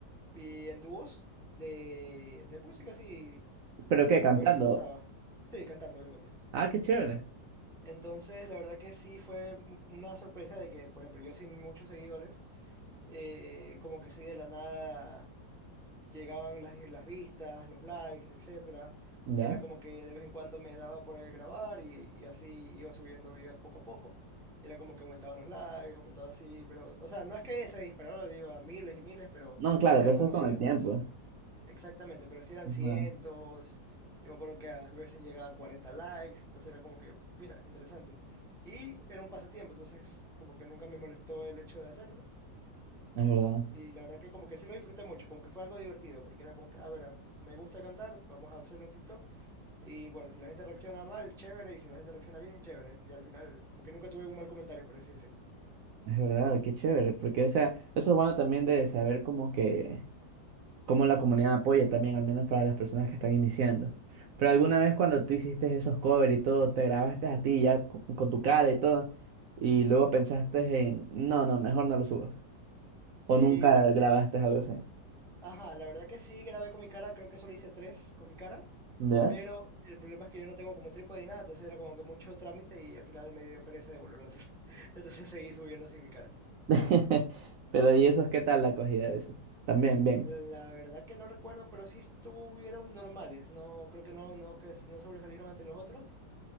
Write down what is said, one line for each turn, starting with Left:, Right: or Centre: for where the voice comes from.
Centre: Y en dúos de, de música, sí,
Right: ¿Pero qué? ¿Cantando?
Centre: a ver qué pasaba. Sí, cantando, obviamente.
Right: Ah, qué chévere,
Centre: Entonces, la verdad que sí fue mu- una sorpresa de que, por ejemplo, yo sin muchos seguidores, eh, como que sí de la nada llegaban las, las vistas, los likes, etcétera.
Right: ¿ya?
Centre: Y era como que de vez en cuando me daba por ahí grabar y, y así iba subiendo videos poco a poco. Y era como que aumentaban los likes, aumentaba así, pero, o sea, no es que se dispararon, digo, a miles y miles, pero
Right: No, claro,
Centre: eran
Right: pero eso
Centre: como
Right: es con
Centre: cientos.
Right: el tiempo.
Centre: Exactamente, pero si eran
Right: Ajá,
Centre: cientos, yo me acuerdo que a veces llegaba a 40 likes, entonces era como que, mira, interesante. Y era un pasatiempo, entonces como que nunca me molestó el hecho de hacerlo.
Right: es verdad.
Centre: Y la verdad que como que sí lo disfruté mucho, como que fue algo divertido, porque era como que, a ver, ah, me gusta cantar, vamos a hacerlo en TikTok. Y bueno, si la gente reacciona mal, chévere, y si la gente reacciona bien, chévere. Y al final como que nunca tuve un mal comentario, por así decirlo.
Right: Es verdad, qué chévere, porque o sea, eso es bueno también de saber como que, cómo la comunidad apoya también, al menos para las personas que están iniciando. Pero alguna vez cuando tú hiciste esos covers y todo, te grabaste a ti ya co- con, tu cara y todo, y luego pensaste en, no, no, mejor no lo subo. O
Centre: Eh,
Right: nunca
Centre: la verdad
Right: grabaste
Centre: que,
Right: algo así,
Centre: ajá, la verdad que sí grabé con mi cara, creo que solo hice tres con mi cara.
Right: ¿ya?
Centre: Pero el problema es que yo no tengo como trípode ni nada, entonces era como que mucho trámite y al final me dio pereza de volver a hacer. <laughs> Entonces seguí subiendo sin mi cara.
Right: <laughs> Pero ¿y eso es qué tal la acogida de ese? También, bien.
Centre: La verdad que no recuerdo, pero sí estuvieron normales. No, creo que no, no, que s- no sobresalieron ante los otros.